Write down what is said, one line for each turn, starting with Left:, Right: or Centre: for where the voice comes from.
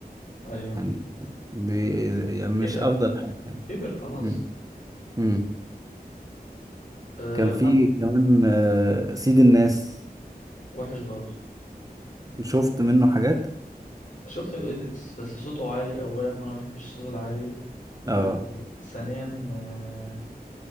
Left: ايوه
Right: يعني بي يعني مش
Left: كبر
Right: افضل حاجة يعني
Left: كبر خلاص
Right: مم. مم.
Left: أه
Right: كان في
Left: حد
Right: كمان آه، سيد الناس
Left: وحش برضه
Right: شفت منه حاجات
Left: شفت الايديتس بس صوته عالي اولا وانا ما بحبش الصوت العالي
Right: اه
Left: أه ثانيا أه